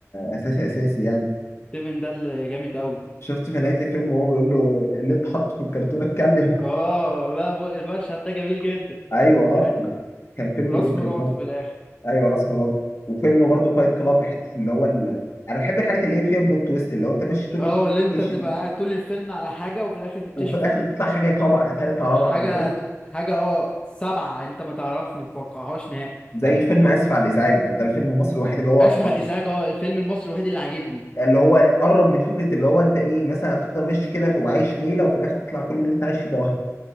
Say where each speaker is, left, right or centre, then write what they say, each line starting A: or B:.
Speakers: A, on the left; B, on the left.
A: اساسي اساسي يعني
B: سيفن ده اللي جامد قوي
A: شفت في نهاية الفيلم وهو بيقول له اللي اتحط في الكرتون اتكلم
B: اه لا ب- المشهد ده جميل جدا
A: <laughs> ايوه اه
B: يعني
A: كان فيلم
B: راس
A: جامد
B: مراته
A: برضه
B: في الاخر
A: ايوه راس مراد وفيلم برضو فايت كلاب حتة اللي هو ال... انا بحب الحاجات اللي هي فيها بلوت تويست اللي هو انت ماشي طول
B: اه
A: الفيلم
B: اللي انت
A: عايش
B: تبقى
A: ال-
B: قاعد طول الفيلم على حاجه وفي الاخر تكتشف
A: وفي الاخر
B: ان
A: تطلع حاجه طبعا ثالثه رابعه
B: حاجة حاجة اه سبعة انت ما تعرفش ما تتوقعهاش نهائي
A: زي فيلم اسف على الازعاج ده الفيلم المصري الوحيد اللي هو
B: اسف على الازعاج اه الفيلم المصري الوحيد اللي عاجبني
A: اللي هو قرب من فكره اللي هو انت ايه مثلا هتفضل ماشي كده وعايش ليله وفي الاخر تطلع كل اللي انت عايش فيه ده